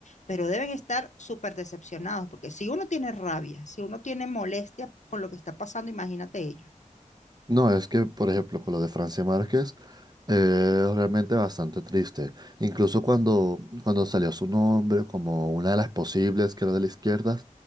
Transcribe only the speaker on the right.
No, es que, por ejemplo, con lo de Francia Márquez, eh, es realmente bastante triste. Incluso cuando, cuando salió su nombre como una de las posibles que era de la izquierda,